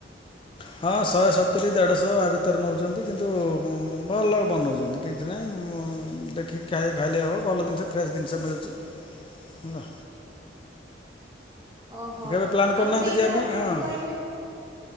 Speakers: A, on the left; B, on the right.
A: ହଁ ଶହେ ସତୁରି, ଦେଢ଼ଶହ ଆ ଭିତରେ ନେଉଛନ୍ତି। କିନ୍ତୁ ଉଁ ଭଲ ବନଉଛନ୍ତି। କିଛି ନାହିଁ ଦେଖି ଖା ଖାଇଲେ ହବ। ଭଲ ଜିନିଷ ଫ୍ରେଶ୍ ଜିନିଷ ମିଳୁଛି। ହେଲା।
B: ଓହୋ।
A: କେବେ ପ୍ଲାନ୍ କରୁନାହାନ୍ତି
B: ଆଉ ସେଇଟା
A: ଯିବା
B: ଆପଣ
A: ପାଇଁ ହଁ
B: ଯୋଉ କହିଲେ